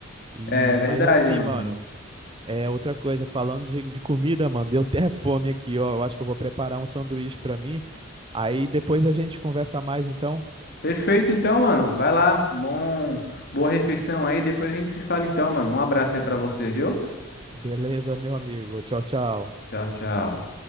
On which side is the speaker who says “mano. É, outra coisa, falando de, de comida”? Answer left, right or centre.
Right